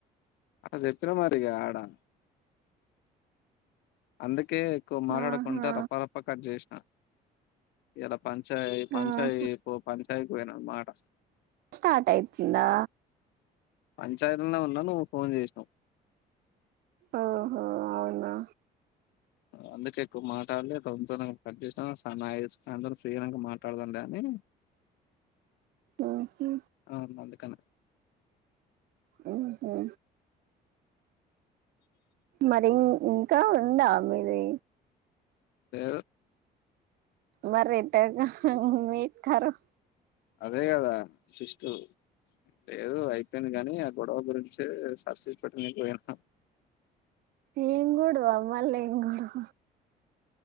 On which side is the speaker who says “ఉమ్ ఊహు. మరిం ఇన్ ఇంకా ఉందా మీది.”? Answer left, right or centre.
Right